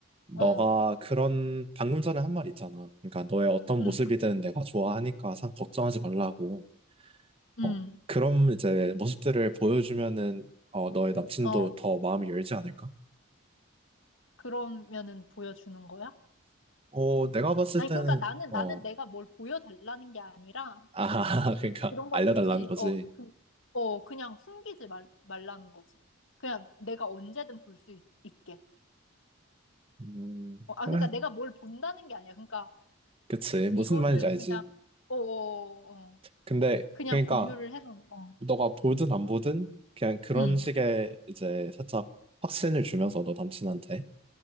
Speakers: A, on the right; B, on the left.
A: 너가
B: 어,
A: 그런 방금 전에 한 말 있잖아. 그러니까 너의 어떤
B: 응,
A: 모습이든 내가 좋아하니까 상 걱정하지 말라고.
B: 응,
A: 어, 그럼 이제 모습들을 보여주면은 어, 너의 남친도
B: 어
A: 더 마음이 열지 않을까?
B: 그러면은 보여주는 거야?
A: 어, 내가 봤을
B: 아니
A: 때는
B: 그러니까 나는
A: 어,
B: 나는 내가 뭘 보여달라는 게 아니라
A: 아, <laughs> 그러니까
B: 그런 걸
A: 알려달라는
B: 굳이
A: 거지.
B: 어, 그, 어 그냥 숨기지 말, 말라는 거지. 그냥 내가 언제든 볼 수 있게.
A: 음,
B: 어, 아
A: 그래.
B: 그러니까 내가 뭘 본다는 게 아니야. 그러니까
A: 그치. 무슨
B: 이거를
A: 말인지 알지.
B: 그냥 어, 어, 어. 어.
A: 근데,
B: 그냥
A: 그러니까,
B: 공유를 해놓은 어.
A: 너가 보든 안 보든, 그냥 그런
B: 음,
A: 식의 이제 살짝 확신을 주면서 너 남친한테,